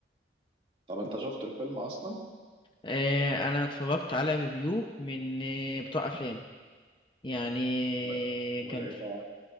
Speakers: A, on the right; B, on the left.
A: طب انت شفت الفيلم اصلا
B: آه، انا اتفرجت على ريفيو من آه، بتوع افلام يعني
A: و... وايه
B: كان
A: بقى